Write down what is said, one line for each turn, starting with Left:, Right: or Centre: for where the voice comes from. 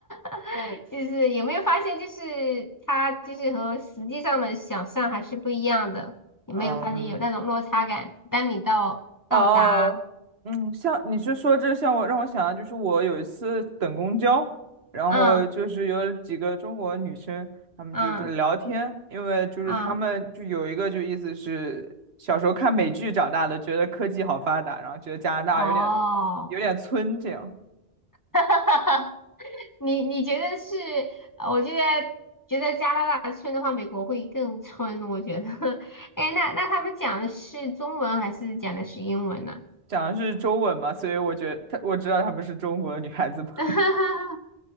Left: <laughs> 就是有没有发现，就是它就是和实际上的想象还是不一样的。
Right: <laughs>
Left: 有没有发现有那种落差感？
Right: 嗯
Left: 当你到到达，
Right: 哦，嗯，像你是说这像我让我想到，就是我有一次等公交，然后就是有几个中国女生，
Left: 嗯
Right: 她们就是在聊天，
Left: 嗯
Right: 因为就是她们就有一个就意思是小时候看美剧长大的，
Left: 嗯，
Right: 觉得科技好发达，然后觉得加拿大有点
Left: 哦，
Right: 有点村这样，
Left: <laughs> 你你觉得是？呃我觉得觉得加拿大村的话，美国会更村。我觉得，<laughs> 哎，那那他们讲的是中文还是讲的是英文呢？
Right: 讲的是中文嘛，所以我觉得她我知道她们是中国女孩子嘛，
Left: <laughs>